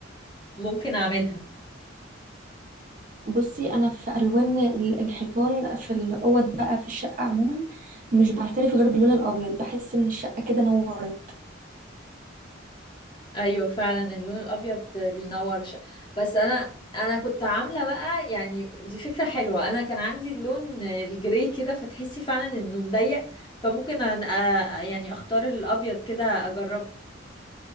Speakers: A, on the left (about 25°); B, on the right (about 40°).
A: ممكن اعملها
B: بصي انا في الوان ال- الحيطان في الاوض بقى في الشقه عموما مش بعترف غير باللون الابيض بحس ان الشقه كده نورت
A: ايوه فعلا اللون الابيض بينور ش... بس انا انا كنت عامله بقى يعني دي فكره حلوه انا كان عندي اللون الجراي كده فتحسي فعلا انه مضيق فممكن أنا يعني اختار الابيض كده اجربه